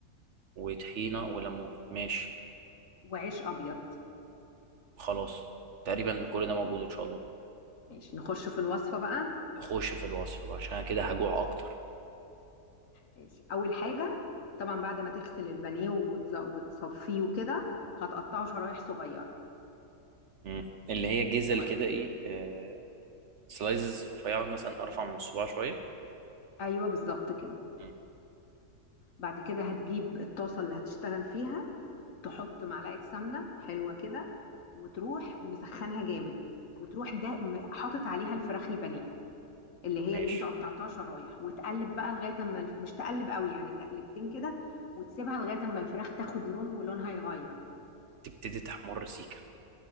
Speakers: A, on the right (about 60°); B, on the left (about 65°).
A: وطحينه وليمون ماشي
B: وعيش ابيض
A: خلاص تقريبا كل ده موجود ان شاء الله
B: ماشي نخش في الوصفه بقى
A: نخش في الوصفه بقى عشان أنا كده هجوع اكتر
B: ماشي اول حاجه طبعا بعد ما تغسل البانيه وتز- وتصفيه وكده هتقطعه شرايح صغيره
A: مم. اللي هي جزل
B: و...
A: كده ايه آه سلايزز رفيعه مثلا ارفع من الصباع شويه
B: ايوه بالظبط كده
A: مم.
B: بعد كده هتجيب الطاسه اللي هتشتغل فيها تحط معلقه سمنه حلوه كده وتروح مسخنها جامد وتروح ده م- حاطط عليها الفراخ البانيه اللي هي
A: ماشي
B: اللي انت قطعتها شرايح وتقلب بقى لغايه اما الف- مش تقلب قوي يعني تقلبتين كده وتسيبها لغايه اما الفراخ تاخد لون ولونها يغير
A: تبتدي تحمر سيكه